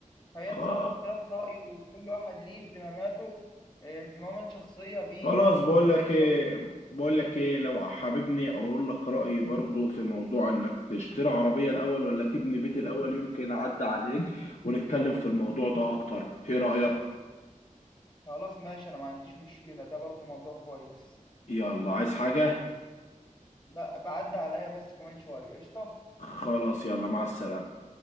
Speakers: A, on the left; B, on the left.
A: فهي
B: خا
A: الصراحة اختلاف رأي وكل واحد ليه اهتماماته اه، اهتمامات شخصية بيه
B: خلاص
A: يعني
B: بقول
A: وفكر
B: لك
A: شخص
B: ايه بقول لك ايه لو حاببني اقول لك رايي برضو في موضوع انك تشتري عربيه الاول ولا تبني بيت الاول يمكن اعدي عليك ونتكلم في الموضوع ده اكتر ايه رايك
A: خلاص ماشي أنا ما عنديش مشكلة ده برضو موضوع كويس
B: يلا عايز حاجه
A: ده بعد عليا بس كمان شوية قشطة
B: خلاص يلا مع السلامه